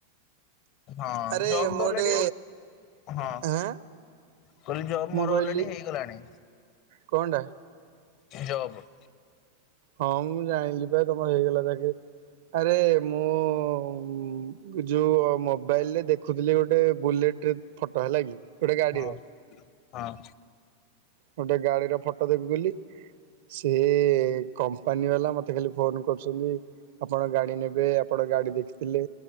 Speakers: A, on the left; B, on the right.
A: ହଁ
B: ଆରେ
A: ଜବ
B: ମୁଁ ଗୋଟେ
A: ଅଲେଡିଲ ହଁ।
B: ଆଁ
A: କହିଲି ଜବ
B: ମୁଁ
A: ମୋର
B: କହିଲି
A: ଅଲରେଡି ହେଇ ଗଲାଣି।
B: କଣ ଟା?
A: ଜବ।
B: ହଁ ମୁଁ ଯାଇଁଲି ବା ତମର ହେଇଗଲା ଚାକିରି ଆରେ ମୁଁ। ମୁ ଯୋଉ ମୋବାଇଲରେ ଦେଖୁଥିଲି ଗୋଟେ ବୁଲେଟ ଫଟ ହେଲା କି। ଗୁଟା ଗାଡ଼ିର।
A: ହଁ ହଁ।
B: ଗୋଟେ ଗାଡିର ଫଟ ଦେଖୁ ଥିଲି। ସିଏ କମ୍ପାନୀ ବାଲା ମତେ ଖାଲି ଫୋନ କରୁଛନ୍ତି ଆପଣ ଗାଡି ନେବେ ଆପଣ। ଗାଡି ଦେଖିଥିଲେ